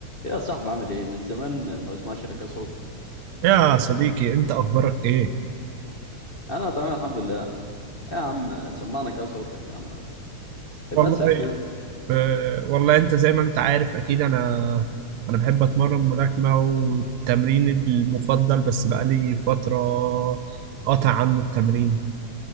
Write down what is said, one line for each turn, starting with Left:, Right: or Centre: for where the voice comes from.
Left: يا صاحبي عامل ايه من زمان ما بسمعش رجع صوتك
Right: يا صديقي انت اخبارك ايه
Left: انا تمام الحمد لله إيه يا عم سمعنا كده صوتك يا عم إيه
Right: والله
Left: بسأل كده
Right: آه والله انت زي ما انت عارف اكيد انا انا بحب اتمرن ملاكمة والتمرين المفضل بس بقالي فترة قاطع عنه التمرين